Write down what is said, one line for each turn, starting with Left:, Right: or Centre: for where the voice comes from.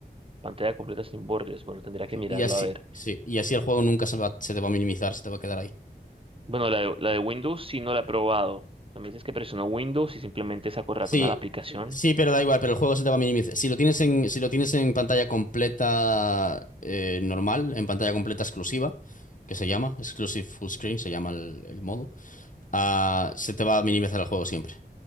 Right: pantalla completa sin bordes. Bueno, tendría que
Left: Y
Right: mirarlo
Left: y así,
Right: a ver.
Left: sí, y así el juego nunca se va- se te va a minimizar, se te va a quedar ahí.
Right: Bueno, la de, la de Windows sí no la he probado. O sea, me dices que presiono Windows y simplemente saco ratón
Left: Sí,
Right: a la aplicación.
Left: sí, pero da igual, pero el juego se te va a minimizar. Si lo tienes en, si lo tienes en pantalla completa eh, normal, en pantalla completa exclusiva, que se llama, Exclusive Full Screen, se llama el, el modo, ah, se te va a minimizar el juego siempre,